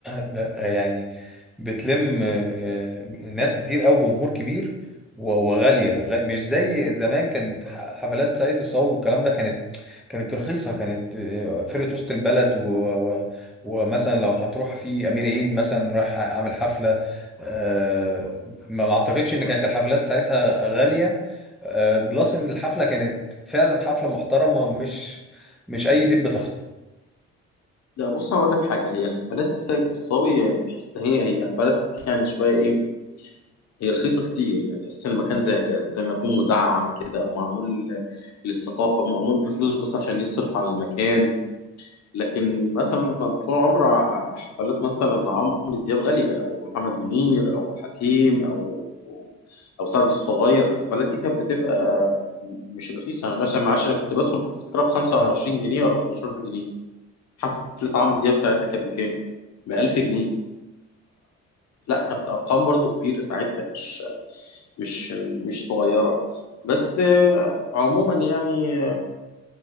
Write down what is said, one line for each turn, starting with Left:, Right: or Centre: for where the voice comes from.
Centre: <clears throat> يعني بتلم آه، ناس كتير أوي جمهور كبير و- وغالية غ- مش زي زمان كانت ح- حفلات سعيد الصاوي والكلام ده كانت كانت رخيصة كانت آه، فرقة وسط البلد و... و... ومثلا لو هتروح في أمير عيد مثلا رايح عامل حفلة آه، ما ما أعتقدش إن كانت الحفلات ساعتها غالية آه، بلس إن الحفلة كانت فعلا حفلة محترمة مش مش أي دب
Left: لا بص هقول لك حاجة هي الحفلات في ساقية الصاوي تحس ان هي هي حفلات يعني شوية ايه هي رخيصة كتير يعني تحس ان المكان زي ك- زي ما يكون مدعم كده او معمول للثقافة معمول بفلوس بس عشان يصرف على المكان لكن مثلا طول عمر ع- حفلات مثلا عمرو دياب غالية أو محمد منير أو حكيم أو أو سعد الصغير الحفلات دي كانت بتبقى م- مش رخيصة أنا مثلا معاش أنا كنت بدخل بتذكرة بخمسة وعشرين جنيه ولا بخمستاشر جنيه حفلة عمرو دياب ساعتها كانت بكام؟ بألف جنيه لا كانت أرقام برضو كبيرة ساعتها مش مش مش صغيرة بس آه، عموما يعني